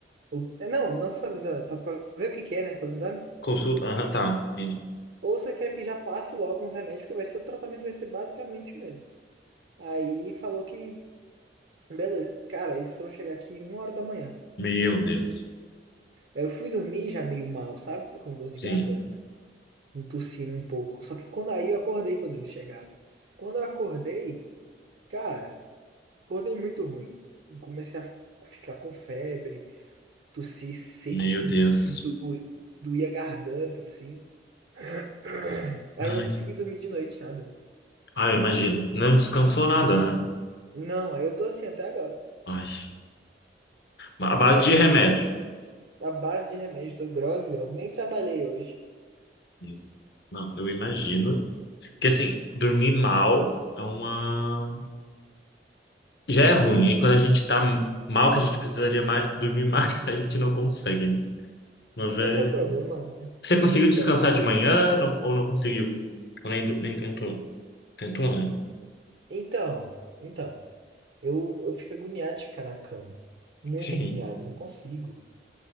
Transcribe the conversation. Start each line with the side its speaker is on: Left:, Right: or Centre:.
Right: o- é, não, não pra fazer. para ver o que que é, né? Fazer o exame.
Left: Consulta. Aham, tá. Entendi.
Right: Ou você quer que já passe logo uns remédios, porque vai ser, o tratamento vai ser basicamente o mesmo. Aí falou que. Beleza. Cara, eles foram chegar aqui uma hora da manhã.
Left: Meu Deus.
Right: Eu fui dormir já meio mal, sabe? Com dor
Left: Sim.
Right: de garganta, um tossindo um pouco. Só que quando aí eu acordei quando eles chegaram. Quando eu acordei, cara, acordei muito ruim. Comecei a f- ficar com febre, tossir seco,
Left: Meu
Right: que
Left: Deus.
Right: que doía, doía a garganta, assim. <clears throat> Aí
Left: Ai,
Right: eu não consegui dormir de noite, nada.
Left: ai, imagino. Não descansou nada, né?
Right: Não, aí eu tô assim até agora.
Left: Ai, a base
Right: Nem
Left: de
Right: tra...
Left: remédio.
Right: A base de remédio, tô grog, grog, nem trabalhei hoje.
Left: Eu- Não, eu imagino. Porque assim, dormir mal é uma. Já é ruim. E quando a gente tá mal, que a gente precisaria mais, dormir mais, <laughs> a gente não consegue, né? Mas
Right: Isso
Left: é.
Right: é que é o problema, né?
Left: Você conseguiu
Right: Pra recuperar.
Left: descansar de manhã não- ou não conseguiu? Ou nem, do- nem tentou?
Right: E-
Left: Tentou, né?
Right: Então, então. Eu, eu fico agoniado de ficar na cama. Muito
Left: Sim.
Right: agoniado, eu não consigo.